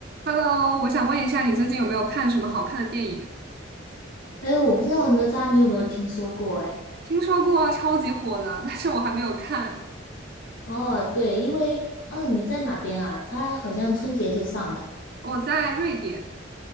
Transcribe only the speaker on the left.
哎，我不知道哪吒你有没有听说过？哎，
哦，对，因为哦你在哪边啊？他好像春节就上了诶。